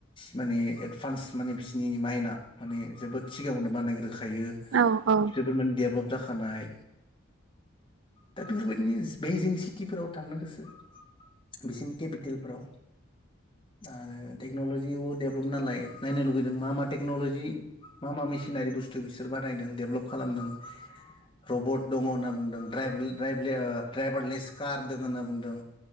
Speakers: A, on the left; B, on the right.
A: माने एडभान्स माने बिसोरनि माइनआ। माने जोबोद सिगाङावनो बानायग्रो खायो
B: औ अ औ
A: जोबोद माने देभलप जाखानाय दा बेफोरबायदिनो बेइजिं सिटिफोराव थांनो गोसो। बिसिनि केपिटेलफोराव। आरो टेक्न'लजियाव डेभलप नालाय नायनो लुगैदों मा मा टेक्नलजि। दि मा मा मेसिनारि बुस्थु बिसोर बानायदों डेभलप खालामदों रबट दङ' होनना बुंदों द्रायभ ड्रायभलियार ड्राइभारलेस कार दों होनना बुंदों।